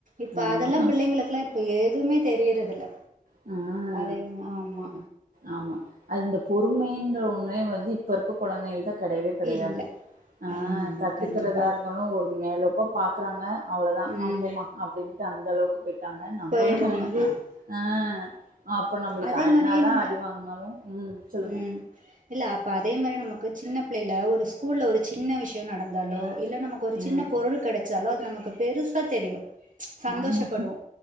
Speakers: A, on the right (about 65°); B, on the right (about 80°).
A: இப்ப
B: ஆமா.
A: அதெல்லா பிள்ளைங்களுக்ல்லா இப்ப எதுவுமே தெரியறது இல்ல
B: ஆ
A: அதே ஆம்மா
B: ஆமா அது இந்த பொறுமைன்ற ஒன்னே வந்து இப்ப இருக்க கொழந்தைகள்ட்ட கெடையவே கெடையாது
A: இல்ல
B: ஆ
A: ஆமா ஆமா
B: கத்துக்றதா
A: கண்டிப்பா
B: இருந்தாலு ஒரு மேலோப்பா பாக்குறாங்க அவ்ளோதா
A: ம்
B: ஆ போமா அப்டின்ட்டு அந்த அளவுக்கு பொயிட்டாங்க நம்பல்லா
A: போயிடுறாங்க
B: வந்து
A: அ
B: ஆ அப்போ நம்ளுக்கு
A: அதே
B: என்னாதா
A: மாரி ந
B: அடி வாங்குனாலும் ம் சொல்லுங்க
A: ம் இல்ல அப்ப அதே மாரி நமக்கு சின்ன பிள்ளைல ஒரு ஸ்கூல்ல ஒரு சின்ன விஷ்யோ நடந்தாலோ இல்ல ஒரு
B: ம்
A: சின்ன பொருள் கெடச்சாலு அது நமக்கு பெருசா தெரியு சந்தோஷப்படுவோ
B: ஆமா.